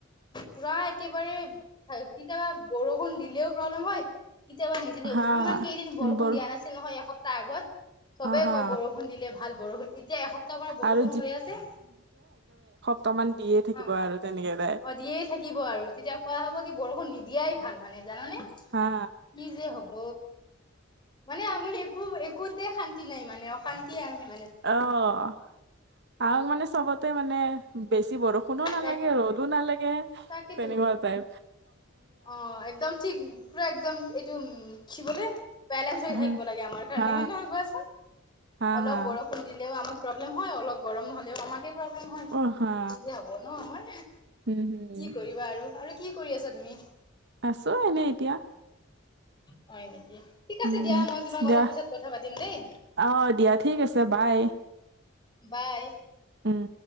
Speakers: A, on the left; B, on the right.
A: পুৰা একেবাৰে কেতিয়াবা বৰষুণ দিলেও প্ৰব্লেম হয়। কেতিয়াবা নিদিলেওঁ।
B: হা
A: ইমান কেইদিন বৰষুণ
B: বৰ
A: দিয়া নাছিল নহয়, এসপ্তাহ আগত চবেই
B: অ হা
A: কয় বৰষুণ দিলে ভাল বৰষুণ এতিয়া এসপ্তাহৰ পৰা বৰষুণ
B: আৰু
A: হৈ আছে।
B: বৰ্তমান দিয়ে থাকিব
A: অ
B: আৰু তেনেকে। তাই।
A: অ' দিয়েই থাকিব আৰু তেতিয়া কোৱা হব কি বৰষুণ নিদিয়াই ভাল মানে- জানানে
B: হা
A: কি যে হব। মানে আমৰ একো একোতে শান্তি নাই মানে অশান্তি আৰু
B: অ' আৰু মানে চবত সিটো মানে বেছি বৰষুণ বৰষুণো নালাগে
A: তাক
B: ৰ'দো নালাগে।
A: তাকেতো
B: তেনেকুৱা যায়।
A: অ' একদম ঠিক পৰা একদম এইটো উ'ম কি বোলে- বেলেঞ্চ হৈ
B: হা।
A: থাকিব লাগে আমাৰ কাৰণে
B: হা
A: হয়, নহয় কোৱাচোন
B: হা
A: অলপ
B: হা
A: বৰষুণ দিলেও আমাক প্ৰব্লেম হয় অলপ গৰম নহ'লেও আমাকে প্ৰব্লেম হয়
B: অ হা
A: নিজে হব ন আমাৰ
B: উম হম
A: কি কৰিবা আৰু আৰু কি কৰি আছা তুমি?
B: আছো এনে এতিয়া।
A: হয় নেকি। ঠিক আছে
B: উ'ম
A: দিয়া মই তোমাক
B: দিয়া
A: অলপ পিছত কথা পাতিম দেই
B: অ দিয়া ঠিক আছে ।বাই।
A: বাই।
B: উ'ম।